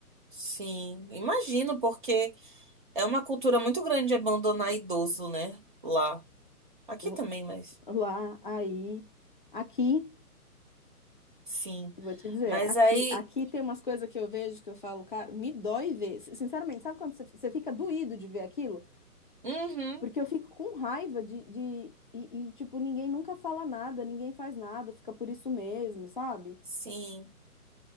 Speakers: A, on the right (about 35°); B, on the left (about 35°).
A: sim. Imagino, porque é uma cultura muito grande abandonar idoso, né? Lá. Aqui
B: L-
A: também, mas
B: lá, aí, aqui.
A: sim.
B: Vou te dizer,
A: Mas
B: aqui,
A: aí.
B: aqui tem umas coisas que eu vejo que eu falo, cara, me dói ver. S- Sinceramente, sabe quando você você fica doído de ver aquilo?
A: Uhum,
B: Porque eu fico com raiva de, de e, e, tipo, ninguém nunca fala nada, ninguém faz nada, fica por isso mesmo, sabe?
A: sim.